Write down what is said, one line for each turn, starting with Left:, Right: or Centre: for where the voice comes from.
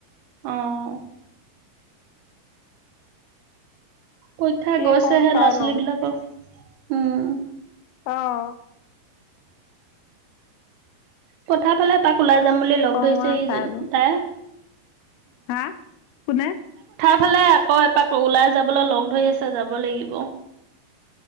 Right: অ', কইঠা
Left: কি
Right: গৈছেহে
Left: কওঁ চাই
Right: ল'ৰা ছোৱালী
Left: লওঁ
Right: বিলাকক উম
Left: অঁ
Right: কথা ফালে তাক ওলাই যাম বুলি
Left: কি
Right: লগ
Left: কওঁ
Right: ধৰিছে
Left: আৰু
Right: ইজন
Left: চাই লওঁ।
Right: তাই
Left: হা কোনে
Right: সফালে আকৌ এপাক ওলাই যাবলৈ লগ ধৰি আছে যাব লাগিব